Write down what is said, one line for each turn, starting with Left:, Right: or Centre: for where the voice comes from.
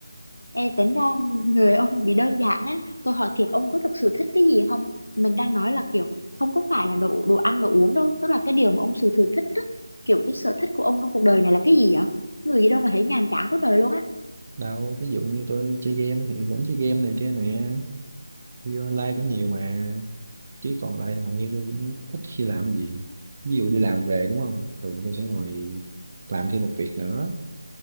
Left: Ê, tính ra người ông bị đơn giản á, tôi hỏi thiệt ông có thực sự thích cái gì không? Mình đang nói là kiểu không có phải là đồ đồ ăn đồ uống đâu, tức là cái điều mà ông sự thừa thích á, kiểu cái sở thích của ông trong cuộc đời này là cái gì vậy? Người gì đâu mà thấy nhàm chán quá trời luôn á.
Right: đâu ví dụ như tôi chơi game thì vẫn chơi game này kia nè đi online cũng nhiều mà chứ còn lại hầu như tôi cũng ít khi làm gì ví dụ đi làm về đúng không thường tôi sẽ ngồi làm thêm một việc nữa